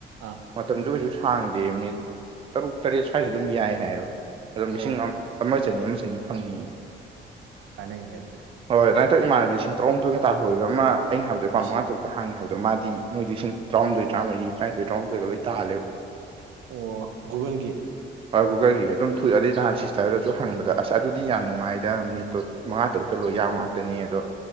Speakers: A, on the right (about 80°); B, on the right (about 30°).
A: ꯑꯥ
B: ꯃꯇꯝꯗꯨ ꯀꯩꯁꯨ ꯁꯥꯡꯗꯦ ꯃꯤꯅꯤꯠ ꯇꯔꯨꯛ ꯇꯔꯦꯠ ꯁ꯭ꯋꯥꯏꯗ ꯑꯗꯨꯝ ꯌꯥꯏ ꯍꯥꯏꯌꯦꯕ ꯑꯗꯨꯝ ꯂꯤꯁꯤꯡ
A: ꯑꯣ
B: ꯑꯝ ꯑꯃ ꯆꯅꯤ ꯑꯃ ꯆꯅꯤ ꯐꯪꯉꯤ
A: ꯑꯣ ꯀꯥꯅꯩꯅꯦ ꯑꯗꯨ
B: ꯍꯣꯏ ꯑꯗꯨꯃꯥꯏꯟꯇꯧ ꯏꯃꯅꯕꯤ ꯂꯤꯁꯤꯡ ꯇꯔꯥꯑꯨꯝꯗꯣꯏꯒ ꯇꯥꯜꯍꯧꯏꯌꯦꯕ ꯃꯥ ꯑꯩꯅ ꯍꯥꯏꯕꯗꯣ
A: ꯑꯩꯁ
B: ꯄꯥꯡ ꯃꯉꯥ ꯇꯧ ꯍꯥꯡꯉꯦ ꯍꯥꯏꯕꯗꯣ ꯃꯥꯗꯤ ꯃꯣꯏꯗꯤ ꯏꯁꯤꯡ ꯇꯔꯥꯍꯨꯝꯗꯣꯏ ꯇꯔꯥꯃꯔꯤ ꯇꯔꯥꯅꯤꯊꯣꯏ ꯇꯔꯥꯍꯨꯝꯗꯣꯏꯒ ꯂꯣꯏ ꯇꯥꯜꯂꯦꯕ
A: ꯑꯣ ꯒꯨꯒꯜꯒꯤ
B: ꯑꯣ ꯒꯨꯒꯜꯒꯤ ꯑꯗꯨꯝ <unintelligible> ꯑꯗꯩ ꯅꯍꯥꯟ ꯁꯤꯁꯇꯔꯗꯖꯨ ꯍꯪꯕꯗ ꯑꯁ ꯑꯗꯨꯗꯤ ꯌꯥꯝ ꯅꯨꯡꯉꯥꯏꯗ ꯃꯤꯅꯤꯠꯇꯣ ꯃꯉꯥ ꯇꯔꯨꯛꯇ ꯂꯣꯏ ꯌꯥꯝ ꯉꯥꯛꯇꯅꯤ ꯑꯗꯣ